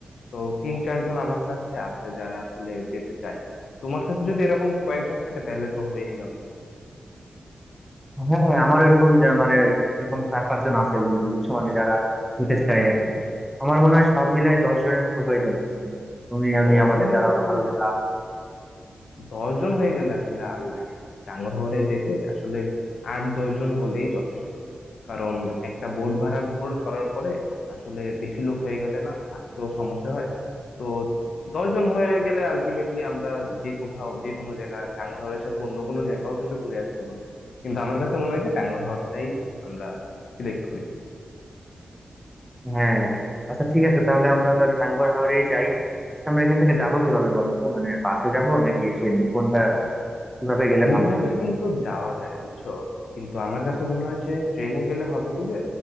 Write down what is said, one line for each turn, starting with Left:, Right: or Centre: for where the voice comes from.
Left: তো তিন চারজন আমার কাছে আছে যারা আসলে যেতে চায় তোমার কাছে যদি এরকম কয়েকজন থাকে তাহলে তো হয়ে গেল
Centre: হ্যাঁ আমার এরকম যে- মানে এরকম চার পাঁচজন আছে বন্ধু বুঝছো মানে যারা যেতে চায় আর কি আমার মনে হয় সব মিলায় দশ জনের মতো হয়ে যাবে মানে তুমি আমি
Left: দশ
Centre: আমাদের
Left: জনের
Centre: যারা
Left: মতো
Centre: আরো যারা
Left: দশ জন হয়ে গেলে আসলে আর লাগে না ডাঙর হয়ে যেতে আসলে আট দশ জন হলেই যথেষ্ট কারণ একটা বোট ভাড়া কর- করার পরে আসলে বেশি লোক হয়ে গেলে না থাকতেও সমস্যা হয় তো দশ জন হয়ে গেলে আলটিমেটলি আমরা যে কোথাও যে কোনো জায়গা টাঙ্গরহরের সাথে অন্য কোনো জায়গাও কিন্তু ঘুরে আসতে পারবো কিন্তু আমার কাছে মনে হয় যে টাঙ্গরহরটাই আমরা সিলেক্ট করি
Centre: হ্যাঁ আচ্ছা ঠিক আছে তাহলে আমরা তাহলে টাঙ্গুয়ার হাওরে যাই আচ্ছা আমরা এখান থেকে যাবো কিভাবে বলো তো মানে বাসে যাব নাকি ট্রেনে কোনটা কিভাবে গেলে
Left: দুই
Centre: ভালো
Left: ভাবে
Centre: হয়
Left: কিন্তু যাওয়া যায় বুঝছো কিন্তু আমার কাছে মনে হয় যে ট্রেনে গেলে হবে কি যে